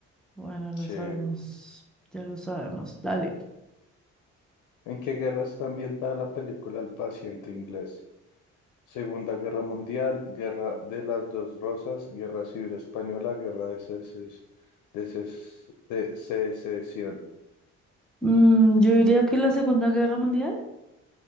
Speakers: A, in the centre; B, on the left.
A: Bueno, lo
B: Sí.
A: sabemos. Ya lo sabemos. Dale.
B: ¿En qué guerra está ambientada la película El paciente inglés? Segunda Guerra Mundial, Guerra de las Dos Rosas, Guerra Civil Española, Guerra de, Seces- de Ses- de Secesión.
A: Mm, yo diría que la Segunda Guerra Mundial.